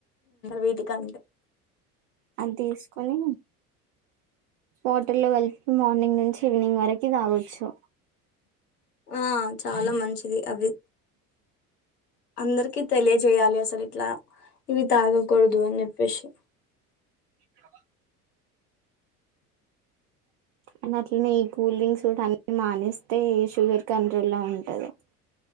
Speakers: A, on the left; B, on the right.
A: వేటి కా
B: అన్ తీసుకొని వాటి లో వల్ కలిపి మార్నింగ్ నుంచి ఈవినింగ్ వరకి తాగొచ్చు
A: ఆ చాలా మంచిది అవి అందరికి తెలియజేయాలి అసలు ఇట్లా ఇవి తాగకూడదు అని చెప్పేసి
B: <unintelligible> అని అట్లనే ఈ కూల్ డ్రింక్ సూట్ అన్ని మానిస్తే షుగర్ కంట్రోల్ లో ఉంటది అ